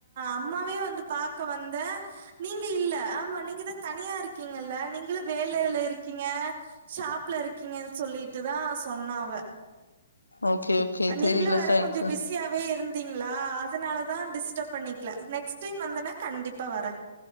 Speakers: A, on the right; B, on the left.
A: அம்மாவே வந்து ப க்கு வந்த நீங்க இல்ல ஆமா நீங்க தா தனியா இருக்கீங்கில்ல நீங்களு வேலைல இருக்கீங்க ஷாப்ல இருக்கீங்கனு சொல்லிட்டுதா சொன்னாவ
B: ஓகே ஓகே
A: நீங்களு
B: தெரியலக்கா
A: வேற கொஞ்சோ
B: எனக்கு
A: பிஸியாவே இருந்தீங்களா அதனாலத தா டிஸ்டர்ப் பண்ணிக்கல நெக்ஸ்ட் டைம் வந்தனா கண்டிப்பா வரே